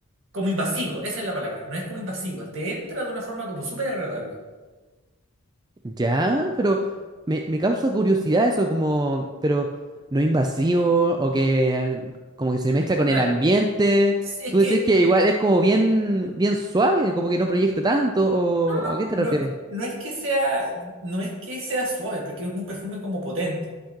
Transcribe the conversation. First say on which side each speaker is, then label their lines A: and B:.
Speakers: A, on the right; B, on the right.
A: como invasivo, esa es la palabra, no es como invasivo, te entra de una forma como súper agradable.
B: Ya, pero me, me causa curiosidad eso, como, pero no invasivo o que como que se mezcla con
A: Claro.
B: el ambiente.
A: Es es
B: Tú
A: que,
B: decís que igual es como bien, bien suave, como que no proyecta tanto, o
A: no, no,
B: ¿a qué te
A: no,
B: refieres?
A: no, no es que sea, no es que sea suave, porque es un perfume como potente,